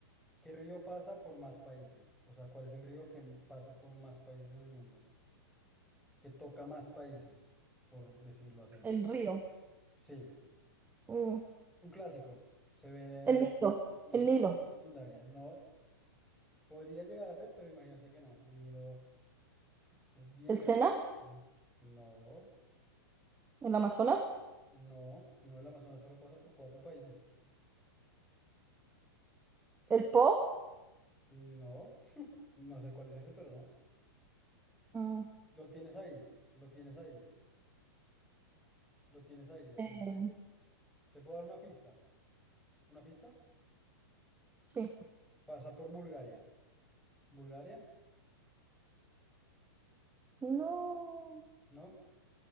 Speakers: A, in the centre; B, on the right.
A: ¿Qué río pasa por más países? O sea, ¿cuál es el río que pasa por más países en el mundo? Que toca más países, por decirlo así.
B: El río,
A: Sí,
B: mm,
A: es un clásico, se ve
B: el Nilo,
A: en la
B: el
A: sec-
B: Nilo,
A: la secundaria, no, podría llegar a ser, pero imagínate que no, el Nilo es bien
B: el
A: grande.
B: Sena,
A: No.
B: el Amazonas,
A: No, no, el Amazonas solo pasa por cuatro países.
B: el Po.
A: No, no sé cuál es ese, pero no.
B: Mm,
A: Lo tienes ahí, lo tienes ahí, lo tienes ahí, lo
B: eh,
A: tienes ahí. ¿Te puedo dar una pista? ¿Una pista?
B: sí.
A: Pasa por Bulgaria. ¿Bulgaria?
B: No,
A: ¿No?